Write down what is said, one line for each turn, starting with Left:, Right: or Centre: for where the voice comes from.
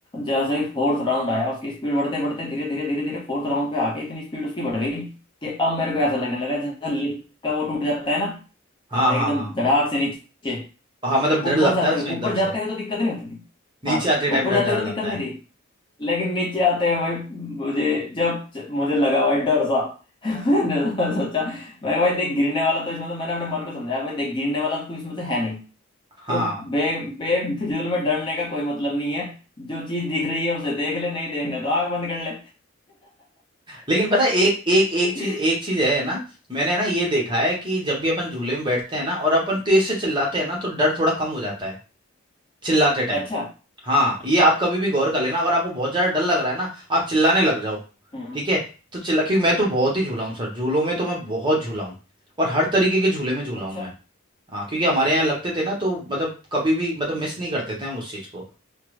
Left: जैसे ही फोर्थ राउंड आया उसकी स्पीड बढ़ते बढ़ते धीरे धीरे धीरे धीरे फोर्थ राउंड पे आके इतनी स्पीड उसकी बढ़ गई कि अब मेरे को ऐसा लगने लगा जैसे लिफ्ट का वो टूट जाता है ना
Right: हाँ हाँ
Left: एकदम
Right: हाँ
Left: धड़ाक से नीचे
Right: हाँ मतलब
Left: तो
Right: डर
Left: ऊपर
Right: लगता
Left: से आते
Right: है उसमें
Left: हुए
Right: एकदम
Left: ऊपर जाते
Right: से
Left: हुए तो दिक्कत नहीं होती थी
Right: नीचे
Left: हाँ
Right: आते टाइम
Left: ऊपर
Right: डर
Left: जाते
Right: डर
Left: हुए तो
Right: लगता
Left: दिक्कत नहीं
Right: है
Left: थी लेकिन नीचे आते हैं भाई मुझे जब जब मुझे लगा भाई डर सा <laughs> मैंने सोचा मैं भाई देख गिरने वाला तो इसमें तो मैंने अपने मन को समझाया भाई देख गिरने वाला तो इसमें से है नहीं
Right: हाँ
Left: तो बे बेफिजूल में डरने का कोई मतलब नहीं है जो चीज दिख रही है उसे देख ले नहीं देखना तो आंख बंद कर ले
Right: लेकिन पता है एक एक एक
Left: <laughs>
Right: चीज एक चीज है ना मैंने ना ये देखा है कि जब भी अपन झूले में बैठते हैं ना और अपन तेज से चिल्लाते हैं ना तो डर थोड़ा कम हो जाता है चिल्लाते टाइम
Left: अच्छा
Right: हाँ ये आप कभी भी गौर कर लेना अगर आपको बहुत ज्यादा डर लग रहा है ना आप चिल्लाने लग जाओ
Left: हम्म
Right: ठीक है तो चिल्ला क्योंकि मैं तो बहुत ही झूला हूँ सर झूलों में तो मैं बहुत झूला हूँ और हर तरीके के झूले में झूला
Left: अच्छा
Right: हूँ मैं हाँ क्योंकि हमारे यहाँ लगते थे ना तो मतलब कभी भी मतलब मिस नहीं करते थे हम उस चीज को